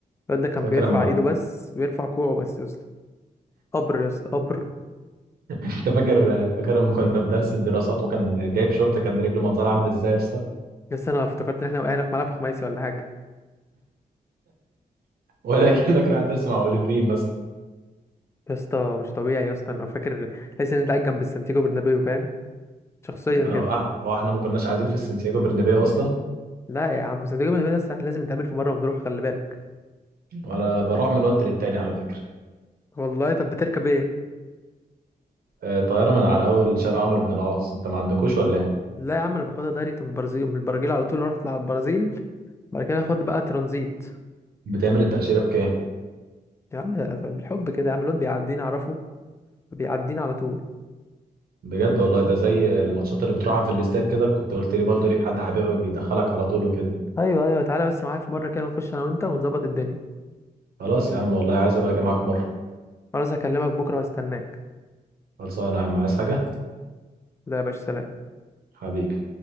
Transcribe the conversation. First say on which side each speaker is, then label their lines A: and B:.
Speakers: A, on the left; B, on the right.
A: الواد ده كان
B: فاكر
A: بيرفع
B: اما
A: ايده بس بيرفع كوعه بس يا اسطى قبر يا اسطى قبر
B: <laughs> انت فاكر فاكر اما كنا في درس الدراسات وكان جايب شورت كان رجله منظرها عامل ازاي يا اسطى
A: يا اسطى انا افتكرت ان احنا وقعنا في ملعب خماسي ولا حاجه
B: <laughs> ولكنك رايح درس مع اوليفرين بس
A: يا اسطى مش طبيعي يا اسطى انا فاكر تحس ان انت قاعد جنب السانتياغو برنابيو فاهم شخصيا
B: انا
A: كده
B: وقعت هو احنا ما كناش قاعدين في سانتياغو برنابيو اصلا
A: لا يا عم سانتياغو برنابيو ده احنا لازم نتقابل في مره ونروح خلي بالك
B: وانا بروح من وقت للتاني على فكرة
A: والله طب بتركب ايه
B: آه، طيارة من على اول شارع عمرو بن العاص انت ما عندكوش ولا ايه
A: لا يا عم انا باخدها دايركت من البرازيل من البرازيل على طول رحت على البرازيل بعد كده اخد بقى ترانزيت
B: بتعمل التأشيرة بكام
A: يا عم بالحب كده يا عم الواد بيعديني اعرفه بيعديني على طول
B: بجد والله ده زي الماتشات اللي بتروحها في الاستاد كده كنت قلت لي برضو ليك حد حبيبك بيدخلك على طول وكده
A: ايوه ايوه تعالى بس معايا في مره كده نخش انا وانت ونظبط الدنيا
B: خلاص يا عم والله عايز ابقى اجي معاك مره
A: خلاص هكلمك بكره واستناك
B: خلصانه يا عم عايز حاجه
A: لا يا باشا سلام
B: حبيبي